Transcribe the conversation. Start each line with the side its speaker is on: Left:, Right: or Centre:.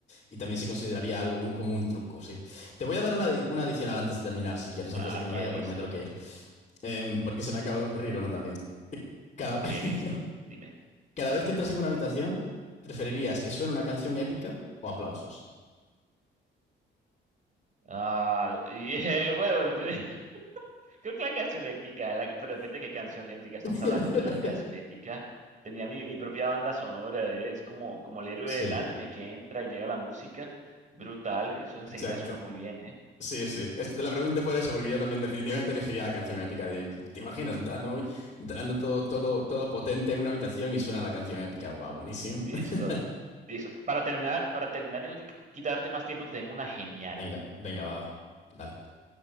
Left: y también se consideraría algo un- como un truco, sí. Te voy a dar una, adi- una adicional antes de terminar, si quieres, antes
Right: Ah,
Left: de que me
Right: qué
Left: vaya,
Right: listo.
Left: porque me tengo que ir. Em, porque se me acaba de ocurrir una también. Cada,
Right: Ok,
Left: <laughs>
Right: listo. Dime.
Left: cada vez que entras en una habitación, ¿preferirías que suene una canción épica o aplausos?
Right: Ah, y, eh, <laughs> bueno, <laughs> creo que la canción épica, la- pero depende de qué canción épica estamos
Left: <laughs>
Right: hablando, pero la canción épica tenía mi, mi propia banda sonora, eh, es como, como el héroe
Left: Sí,
Right: del anime que entra y llega la música, brutal, eso enseguida
Left: exacto.
Right: suena muy bien, ¿eh?
Left: Sí, sí. Es que te la pregunté por eso, porque yo también definitivamente elegiría la canción épica. de- ¿te imaginas entrando, uy, entrando todo, todo, todo potente en una habitación y suena la canción épica? Guau, buenísimo.
Right: Listo.
Left: <laughs>
Right: Listo. Para terminar, para terminar y no te- quitarte más tiempo, te tengo una genial.
Left: Venga, venga, va, va. Dale.